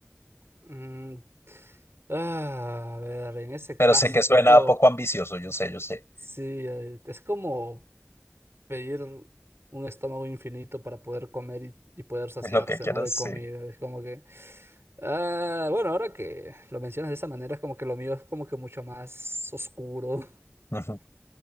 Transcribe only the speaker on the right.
Mm, ah, a ver, en ese
caso,
tipo,
sí, eh, es como pedir un estómago infinito para poder comer y, y poder
saciarse,
¿no? De comida.
Es como que... ah, bueno, ahora que lo mencionas de esa manera, es como que lo mío es como que mucho más oscuro.